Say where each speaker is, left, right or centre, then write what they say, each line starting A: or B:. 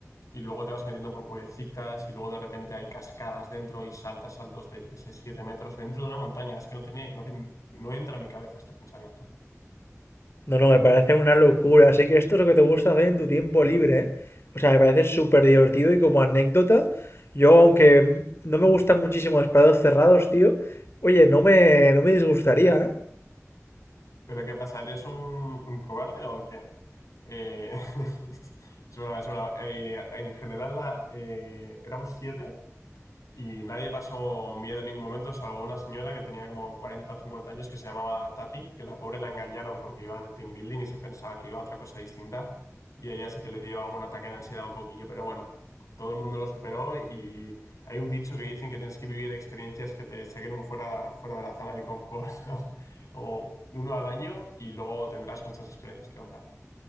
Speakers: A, on the left (about 75°); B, on the left (about 50°).
A: Y luego te vas metiendo por cuevecitas y luego de repente hay cascadas dentro y saltas saltos de, yo qué sé, 7 metros dentro de una montaña. Es que no tiene, no, no entra en mi cabeza este pensamiento.
B: No, no, me parece una locura. Así que esto es lo que te gusta hacer en tu tiempo libre, ¿eh? O sea, me parece súper divertido y como anécdota, yo aunque no me gustan muchísimo los prados cerrados, tío, oye, no me, no me disgustaría, ¿eh?
A: ¿Pero qué pasa? ¿Eres un, un cobarde o qué? Eh, <laughs> es broma, es broma. Eh, en general la- eh, éramos siete y nadie pasó miedo en ningún momento, salvo una señora que tenía como 40 o 50 años que se llamaba Tati, que la pobre la engañaron porque iba de team building y se pensaba que iba a otra cosa distinta. Y ella sí que le dio algún ataque de ansiedad un poquillo, pero bueno, todo el mundo lo superó y hay un dicho que dicen que tienes que vivir experiencias que te saquen un fuera, fuera de la zona de confort, ¿no? <laughs> o uno al año y luego tendrás muchas experiencias que contar.